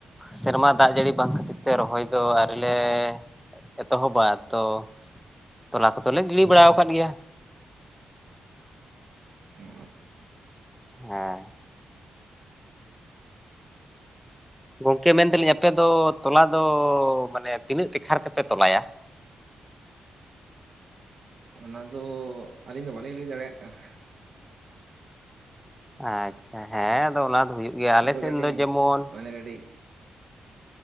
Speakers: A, in the centre; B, on the right.
A: ᱥᱮᱨᱢᱟ ᱫᱟᱜ ᱡᱟᱹᱲᱤ ᱵᱟᱝ ᱠᱷᱟᱹᱛᱤᱨ ᱛᱮ ᱨᱚᱦᱚᱭ ᱫᱚ ᱟᱹᱣᱨᱤᱞᱮ ᱮᱛᱚᱦᱚᱵᱟ ᱛᱚ ᱛᱚᱞᱟ ᱠᱚᱫᱚᱞᱮ ᱜᱤᱰᱤ ᱵᱟᱲᱟ ᱟᱠᱟᱫ ᱜᱮᱭᱟ
B: ᱚ
A: ᱦᱮᱸ ᱜᱚᱝᱠᱮ ᱢᱮᱱᱫᱟᱞᱤᱧ ᱟᱯᱮ ᱫᱚ ᱛᱚᱞᱟ ᱫᱚ ᱢᱟᱱᱮ ᱛᱤᱱᱟᱹᱜ ᱴᱮᱠᱷᱟ ᱛᱮᱯᱮ ᱛᱚᱞᱟᱭᱟ
B: ᱚᱱᱟ ᱫᱚ ᱟᱹᱞᱤᱧ ᱫᱚ ᱵᱟᱹᱞᱤᱧ ᱞᱟᱹᱭ ᱫᱟᱲᱮᱭᱟᱜ ᱠᱟᱱᱟ
A: ᱟᱪᱪᱷᱟ ᱦᱮᱸ ᱟᱫᱚ ᱚᱱᱟ ᱫᱚ ᱦᱩᱭᱩᱜ ᱜᱮᱭᱟ ᱟᱞᱮᱥᱮᱱ
B: ᱱᱤᱛᱚᱜ ᱠᱟᱹᱴᱤᱡ
A: ᱫᱚ ᱡᱮᱢᱚᱱ
B: ᱢᱟᱱᱮ ᱟ‍ᱹᱰᱤᱡ